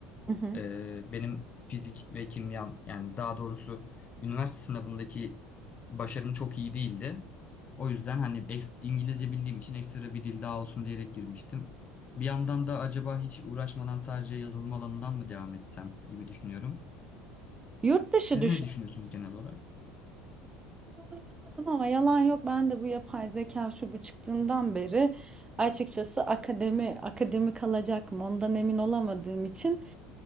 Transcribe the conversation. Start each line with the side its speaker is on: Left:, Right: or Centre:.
Right: Hı hı.
Left: Ee, benim fizik ve kimyam yani daha doğrusu üniversite sınavındaki başarım çok iyi değildi. O yüzden hani eks- İngilizce bildiğim için ekstra bir dil daha olsun diyerek girmiştim. Bir yandan da acaba hiç uğraşmadan sadece yazılım alanından mı devam etsem gibi düşünüyorum.
Right: Yurt dışı
Left: Siz
Right: düşün.
Left: ne düşünüyorsunuz genel olarak?
Right: Yola yarıladım ama yalan yok. Ben de bu yapay zeka şu bu çıktığından beri açıkçası akademi akademi kalacak mı ondan emin olamadığım için